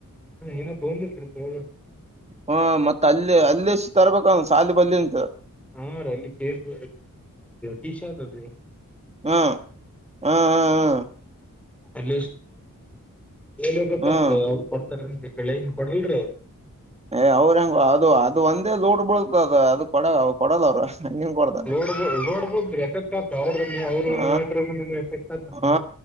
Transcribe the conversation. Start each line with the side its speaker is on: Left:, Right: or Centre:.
Centre: ಹ್ಮ ಏನೋ ತೊಂದಿಲ್ರಿ ತೋ
Right: ಹಾ ಮತ್ತ ಅಲ್ಲೇ ಅಲ್ಲ ಎಷ್ಟು ತರ್ಬೇಕ ಸಾಲಿ ಬಲ್ಲಿ ಅಂತ
Centre: ಹಾ ರೀ ಅಲ್ಲಿ ಕೇಬ್ ಟೀ ಶರ್ ಅಲ್
Right: ಹ್ಮ ಹ್ಮ ಹ್ಮ್
Centre: ಅಲ್ಲಿ ಹೇಬೇಕತ್
Right: ಹ್ಮ್ ಹ್ಮ್
Centre: ಅವ್ರು ಕೊಡ್ತಾರನ್ ಕಳನ್ ಕೊಡಲ್ರರಿ
Right: ಏ ಅವ್ಹೆಂಗ ಅದು ಅದು ಒಂದೇ ಲೂಡ್ ಬಳತದ ಅದು ಕೊಡ ಕೊಡಲ್ಲ ಅವರು ಹಂಗಿಂಗ ಕೊಡ್ತಾರ
Centre: ನ ನೋಡ್ಬೋದು ಎಫೆಕ್ಟ್ ಆದ ಅವ್ರ ಅವ್ರು
Right: ಹ
Centre: ಎಫೆಕ್ಟ್ ಆದ ನಮ್ಮ
Right: ಹಾ